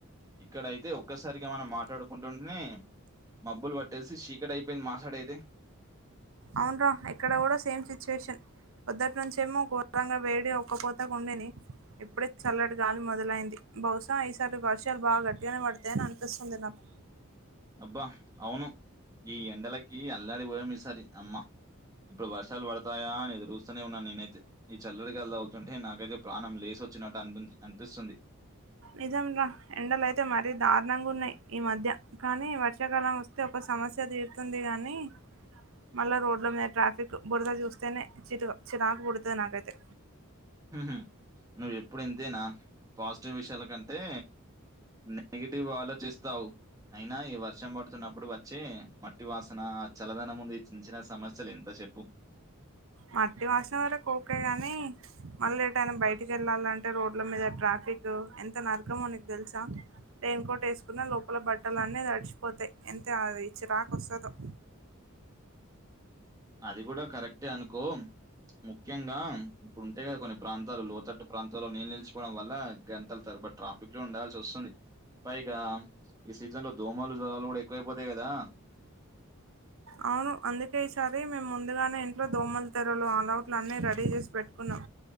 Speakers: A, on the right; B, on the right.
A: ఇక్కడ అయితే ఒక్కసారిగా మనం మాట్లాడుకుంటుంటేనే మబ్బులు పట్టేసి చీకటి అయిపోయింది మాసాడేది
B: అవున్రా ఇక్కడ కూడా సేమ్ సిచ్యువేషన్ పొదటినుంచేమో ఘోరంగా వేడి ఒక్కపోత కుండిని ఇప్పుడే చల్లటి గాలి మొదలైంది బహుశా ఈ సారి వర్షాలు బాగా గట్టిగానే పడతాయని అనిపిస్తుంది నాకు
A: అబ్బా అవును ఈ ఎండలకి కీ అల్లాడి పోయాం ఈ సారి అమ్మా ఇప్పుడు వర్షాలు పడతాయా అని ఎదురు తనే ఉన్న నేనైతే ఈ చల్లడిగాల తళ్తుంటే నాకైతే ప్రాణం లేసి వచ్చినట్టు అనిపిది అనిపిస్తుంది
B: నిజంరా ఎండలు అయితే మరీ దారుణంగా ఉన్నాయి ఈ మధ్య కానీ వర్షాకాలం వస్తే ఒక సమస్య తీరుతుంది గానీ మళ్ళా రోడ్ల మీద ట్రాఫిక్, బురద చూస్తేనే చిరు చిరాకు పుడతది నాకైతే.
A: ఉహు నువ్వు ఎప్పుడు ఇంతేనా, పాజిటివ్ విషయాల కం టే నెగిటివ్ గా ఆలోచిస్తావు. అయినా ఈ వర్షం పడుతున్నప్పుడు వచ్చే మట్ ట్టి వాసన ఆ చల్లదనము ముందు ఈ చిన్న చిన్న సమస్యలు ఎంత చెప్పు?
B: మాట్టి వాసన వరకోకే గానీ మళ్ళీ ఏటైనా బయటికెళ్ళాలంటే రోడ్ల మీద ట్రాఫిక్ ఎంత నరకమో నీకు తెలుసా? రెయిన్ కోట్ ఏసుకున్న లోపల బట్టలు అన్నీ తడిచిపోతయి, ఎంతే అది చిరాకు వస్తదో
A: అది గుడ కరెక్టే అనుకో. ముఖ్యంగా ఉంటయ్ గా కొన్ని ప్రాంతాలు లోతట్టు ప్రాంతాల్లో నీళ్ళు నిలిచిపోవడం వల్ల గంటలు తరబడి ట్రా ఫిక్ ఉండాల్సి వస్తుంది, పైగా ఈ సీజన్ లో దోమలు జ్వరాలు గుడ ఎక్కువైపోతయి కదా.
B: అవును అందుకే ఈసారి మేము ముందుగానే ఇంట్లో దోమల తెరలు, అలౌట్లు అన్నీ రెడీ చేసి పెట్టుకున్నం.